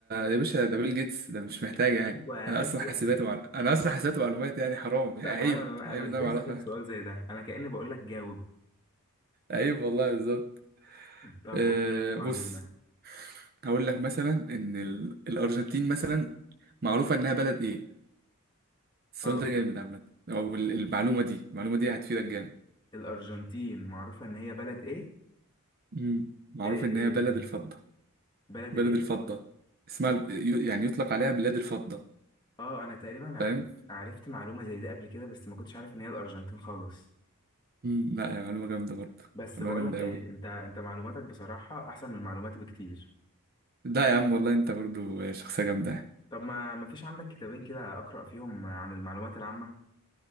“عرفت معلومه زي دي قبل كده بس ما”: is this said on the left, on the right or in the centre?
Left